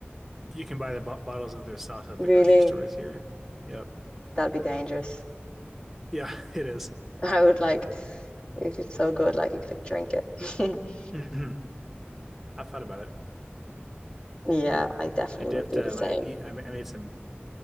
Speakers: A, in the centre; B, on the left.
A: you can buy the bo bottles of their sauce at
B: Really,
A: the grocery stores here. Yep.
B: that'd be dangerous.
A: Yeah, <laughs> it is.
B: <laughs> I would like, It's so good, like you could like, drink it. <laughs>
A: Mhm. I thought about it.
B: Yeah, I definitely
A: I dipped
B: would do
A: uh,
B: the same.
A: my pe I ma- I made some